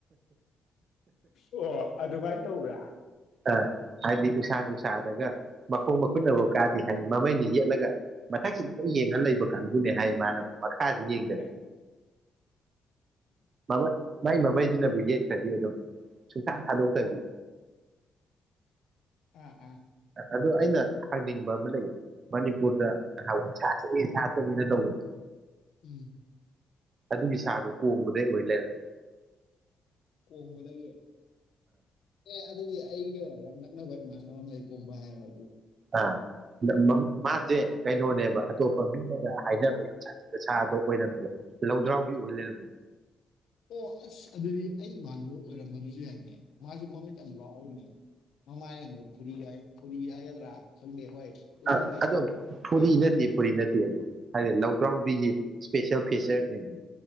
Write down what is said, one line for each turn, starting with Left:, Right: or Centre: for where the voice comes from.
Left: ꯑꯣ ꯑꯣ ꯑꯗꯨꯃꯥꯏ ꯇꯧꯕ꯭ꯔꯥ
Right: ꯑꯥ ꯍꯥꯏꯗꯤ ꯎꯁꯥ ꯅꯨꯡꯁꯥꯗꯒ ꯃꯈꯣꯡ ꯃꯈꯨꯠꯅꯕꯥꯎ ꯀꯥꯗꯦ ꯍꯥꯏꯔꯤ ꯃꯃꯩꯩꯅ ꯌꯦꯠꯂꯒ ꯃꯊꯛꯁꯤꯗꯗꯨꯝ ꯌꯦꯡꯉ ꯂꯩꯕ ꯀꯥꯡꯒꯨꯅꯦ ꯍꯥꯏꯌꯦ ꯃꯥꯅ ꯃꯈꯥꯁꯤ ꯌꯦꯡꯗꯕꯤ
Left: ꯏꯍꯦ
Right: <unintelligible> ꯃꯥꯏ ꯃꯃꯩꯁꯤꯅꯕꯨ ꯌꯦꯠꯈ꯭ꯔꯗꯤ ꯑꯗꯨꯝ ꯁꯨꯡꯊꯥ ꯊꯥꯗꯣꯛꯇꯕꯤ
Left: ꯑ
Right: <unintelligible> ꯑꯩꯅ ꯍꯪꯅꯤꯡꯕ ꯑꯃ ꯂꯩꯌꯦ ꯃꯅꯤꯄꯨꯔꯗ ꯅꯍꯋꯥꯏ ꯁꯥ ꯊꯣꯛꯑꯦ ꯁꯥ ꯊꯣꯛꯑꯦꯅ ꯇꯧꯕꯗꯣ
Left: ꯎꯝ
Right: ꯑꯗꯨꯒꯤ ꯁꯥꯗꯣ ꯀꯣꯡꯕꯗꯩ ꯑꯣꯏ ꯂꯩꯔꯝꯃꯦ
Left: ꯀꯣꯡꯕꯗꯒꯤ ꯑꯦ ꯑꯗꯨꯗꯤ ꯑꯩꯒ ꯌꯥꯝ ꯅꯛꯅꯕ ꯏꯃꯥꯟꯅꯕ ꯑꯃ ꯂꯩ ꯀꯣꯡꯕ ꯍꯥꯏꯔ
Right: <unintelligible> ꯃꯥꯁꯦ ꯀꯩꯅꯣꯅꯦꯕ ꯑꯇꯣꯞꯄ ꯃꯤꯅꯒ ꯍꯥꯏꯅꯕ ꯌꯥꯝ ꯁꯥꯠꯊꯤꯕ ꯁꯥꯗꯣ ꯑꯣꯏꯔꯝꯗ꯭ꯔꯦ ꯂꯧꯗ꯭ꯔꯥꯎꯕꯤ ꯑꯣꯏ ꯂꯩꯔꯝꯃꯦ
Left: ꯑꯣ ꯑꯁ ꯑꯗꯨꯗꯤ ꯑꯩ ꯏꯃꯥꯟꯅꯕ ꯑꯣꯏꯔꯝꯕꯗꯨꯁꯨ ꯌꯥꯏꯅꯦ ꯃꯥꯁꯨ ꯃꯃꯤꯠ ꯌꯥꯝ ꯂꯥꯎꯕꯅꯤ ꯃꯃꯥꯏ ꯑꯗ ꯈꯨꯔꯤꯒꯥꯏ ꯐꯨꯔꯤ ꯍꯥꯏꯒꯗ꯭ꯔꯥ ꯈꯪꯗꯦ ꯍꯣꯏ ꯎꯔꯤꯡ
Right: ꯑ
Left: ꯀꯩꯀꯥ
Right: ꯑꯗꯣ
Left: ꯌꯥꯎꯕ꯭ꯔꯥ
Right: ꯐꯨꯔꯤ ꯅꯠꯇꯦ ꯐꯨꯔꯤ ꯅꯠꯇ ꯇꯦꯗꯣ ꯍꯥꯏꯗꯤ ꯂꯧꯗ꯭ꯔꯥꯎꯕꯤꯒꯤ ꯏꯁꯄꯦꯁꯦꯜ ꯐꯤꯆꯔꯅꯦ